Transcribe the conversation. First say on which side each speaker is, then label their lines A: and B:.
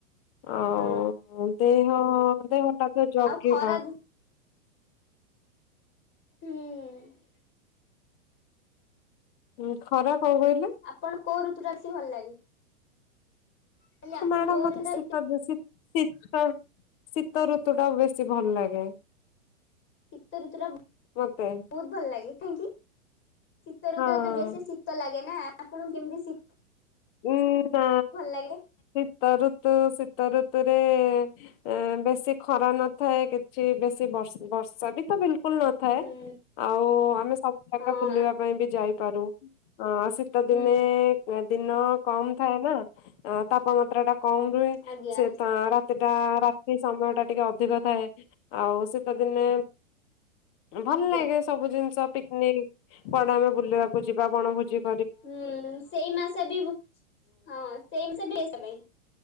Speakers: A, on the left; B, on the left.
A: ଆଉ
B: ହଁ
A: ଦେହ ଦେହ ଟାକୁ ଜଗିବା।
B: ଆଉ ଖରା ହୁଁ ଉଁ।
A: ଉଁ ଖରା କଣ କହିଲେ।
B: ଆପଣ କୋଉ ଋତୁଟା ଏସି ଭଲ ଲାଗେ? କହିଲେ ଆପଣ
A: ମ୍ୟାଡ଼ାମ
B: କୋଉ ଋତୁ
A: ମତେ
B: ଟା ବେଶୀ
A: ଶୀତ ଶୀତ ଶୀତ ଋତୁ ଟା ବେଶୀ ଭଲ ଲାଗେ।
B: ଶୀତ ଋତୁର
A: ମତେ
B: ବହୁତ ଭଲ ଲାଗେ କାହିଁକି? ଶୀତଋତୁରେ
A: ହଁ
B: ତ ବେଶୀ ଶୀତ ଲାଗେ ନା ଆପଣଙ୍କୁ କେମିତି ଶୀ
A: ଉଁ ନା
B: ଲାଗେ?
A: ଶୀତ ଋତୁ ଶୀତ ଋତୁରେ ଏ ବେଶୀ ଖରା ନଥାଏ କିଛି ବେଶୀ ବର୍ଷା ବି ତ ବିଲ କୁଲ ନଥାଏ
B: ହୁଁ
A: ଆଉ ଆମେ ସବୁ ଜାଗା
B: ହଁ
A: ବୁଲିବା ପାଇଁ ବି ଯାଇପାରୁ। ହଁ ଶୀତ
B: ହୁଁ
A: ଦିନେ ଦିନ କମ ଥାଏ ନା ତାପମାତ୍ରା ଟା କମ ରୁହେ
B: ଆଜ୍ଞା।
A: ସେତ ରା ସେଟା ରାତି ସମୟ ଟା ଟିକେ ଅଧିକ ଥାଏ ଆଉ ଶୀତ ଦିନେ ଭଲ
B: ଆଜ୍ଞା
A: ଲାଗେ ସବୁ ଜିନିଷ ପିକନିକ କୁଆଡେ ଆମେ ବୁଲିବାକୁ ଯିବା ବଣ ଭୋଜି
B: ହୁଁ ସେଇ ମାସରେ ହଁ ସେମ ସେ ପାଇଁ